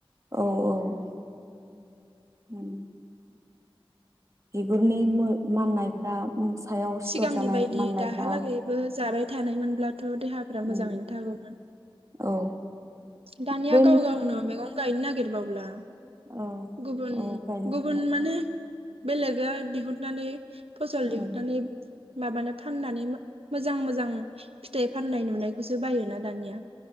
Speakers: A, on the right; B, on the right.
A: औ औ उम बिगुरनि मो माननायफ्रा उम सायाव सिथर
B: सिगांनि
A: जानाय
B: बायदि
A: माननायफ्रा
B: दाहालागैबो जाबाय थानायमोनब्ला थ' देहाफ्रा
A: उम
B: मोजाङैनो थागौमोन।
A: औ
B: दानिया
A: बे
B: गाव गाव नो मेगं गाइनो नागिर बावला
A: औ
B: गुबुन
A: औ गायनो
B: गुबुन
A: नागिरला
B: माने बेलेगा दिहुननानै फसल दिहुनथानै
A: उम
B: माबानो फाननानै मो-मोजां मोजां फिथाइ फाननाय नुनायखौसो बायोना दानिया